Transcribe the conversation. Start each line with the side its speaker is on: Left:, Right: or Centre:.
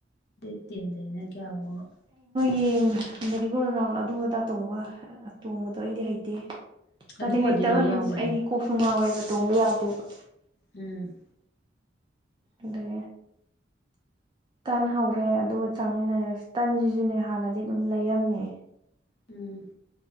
Left: ꯗꯠꯇꯗ ꯏꯩꯅ ꯀꯌꯥꯕꯅ
Right: ꯌꯦꯡ ꯃꯦꯔꯤꯒꯣꯜ ꯔꯥꯎꯟ ꯑꯗꯨꯗꯇꯣꯡꯕ ꯇꯣꯡꯕꯗꯣ ꯑꯩꯗꯤ ꯍꯩꯇꯦ
Left: ꯑꯗꯨꯒꯗꯤ
Right: ꯑꯗꯩ ꯍꯩꯇꯕ
Left: ꯂꯣꯏ ꯌꯥꯎꯕꯅꯦ
Right: ꯃꯤꯟꯁ ꯑꯩꯗꯤ ꯀꯣꯛꯁꯨ ꯉꯥꯎꯋꯦꯕ ꯇꯣꯡꯕ ꯌꯥꯗꯦꯕ
Left: ꯎꯝ
Right: ꯑꯗꯨ ꯇꯟ ꯍꯧꯔꯦ ꯑꯗꯨꯒ ꯆꯥꯃꯤꯟꯅꯔꯁꯤ ꯇꯟꯁꯤꯁꯨꯅꯦ ꯍꯥꯟꯅꯗꯤ ꯑꯗꯨꯝ ꯂꯩꯔꯝꯃꯦ
Left: ꯎꯝ